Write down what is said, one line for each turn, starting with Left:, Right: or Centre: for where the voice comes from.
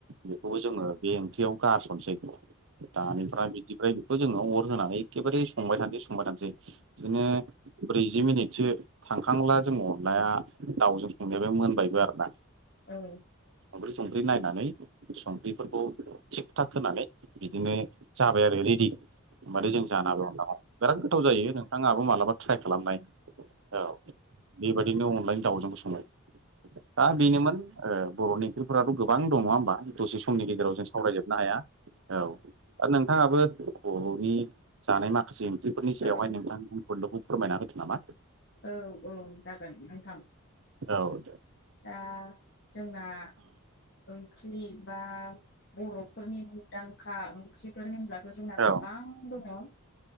Right: बेखौबो जोङो बे ओंख्रियाव गारसननोसै दानिफ्राय बिदिफ्राय बेखौ जोङो अर होनानै एखेबारे संबाय थानोसै संबाय थानोसै बिदिनो ब्रैजि मिनिट बिसे थांखांला जोंङ अनलाया दाउजों संनायबाय मोनबायबो आरो ना
Left: औ।
Right: संख्रि नायनानै संख्रिफोरखौ थिग थाग होनानै बिदिनो जाबाय आरो रेडि होनबाथ जों जानांगौामा बिराद गोथाव जायो नोंथाङाबो मालाबा ट्राइ खालामनाय औ बेबायदिनो अनलाइन दाउजों गसङो दा बेनोमोन बर'नि ओंख्रिफोराथ' गोबां दंङा होमबा दसे समनि गेजेराव जों सावरायजोबनो हाया औ दा नोंथां नाबो बर'नि जानाय माखासे ओंख्रिफोरनि सायावहाय
Left: औ
Right: नोंथां <unintelligible> फोरमायना होदो नामा?
Left: औ औ जागोन नोंथां।
Right: औ दे
Left: दा जोंना ओंख्रि बा बर'फोरनि मुंदांखा ओंख्रिफोर होनब्लाथ' जोंना गोबां
Right: औ
Left: दङ